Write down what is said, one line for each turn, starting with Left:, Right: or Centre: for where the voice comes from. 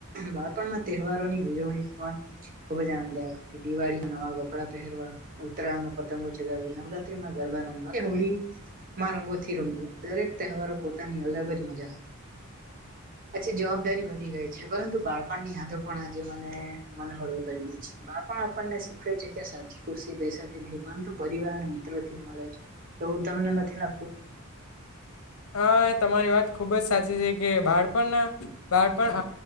Right: બાળપણમાં તહેવારો ની ઉજવણી પણ ખુબ જ આનંદદાયક હતી. દિવાળી નવા કપડાં પહેરે ઉત્તરાયણમાં પતંગો ચગાવી, નવરાત્રીમાં ગરબા રમવા, હોળી માં રંગોથી રમવું, દરેક તહેવારો પોતાની અલગ જ મજા હતી. પચ્છી જવાબદારી વધી ગઈ છે. પરંતુ બાળપણ ની યાદો પણ આજે મને મને હળવું કરી દઈ છે બાળપા આપપણ ને શીખવે છે કે સાચી ખુશી પૈસાથી નહીં, પરંતુ પરિ ને મિત્ર અહીંયા થી મલેછ એવું તમને નથી લાગતું
Left: <inaudible> હા એ તમારી વાત ખુબ જ સાચી છે. કે બાળપણ બાળપણ